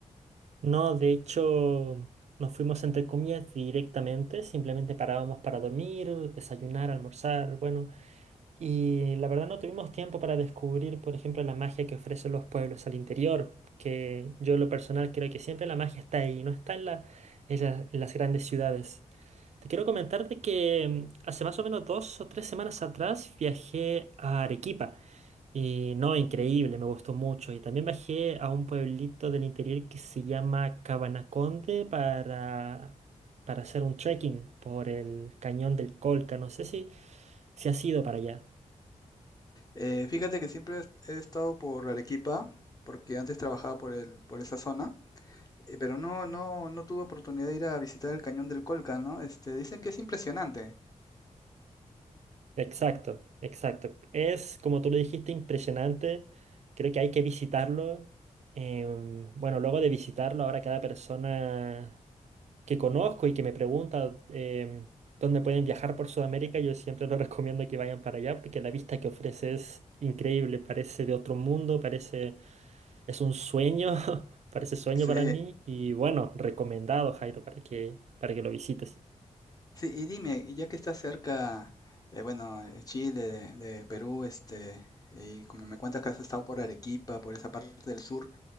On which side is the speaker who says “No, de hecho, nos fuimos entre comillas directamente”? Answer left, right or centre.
Right